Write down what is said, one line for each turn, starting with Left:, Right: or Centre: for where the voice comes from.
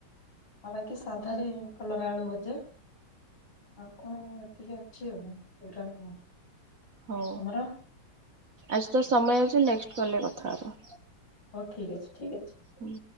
Left: ଆଉ ବାକି ସାଧାରେ କଲରା ଆଳୁ ଭଜା ଆଉ କଣ ଏତିକି ଅଛି ଆଉ ପ୍ରୋଗ୍ରାମ।
Right: ହଉ
Left: ତମର
Right: ଆଜି ତ ସମୟ ଅଛି ନେକ୍ସଟ କଲରେ କଥା ହେବା।
Left: ହଉ ଠିକ ଅଛି ଠିକ୍ ଅଛି।
Right: ହୁଁ।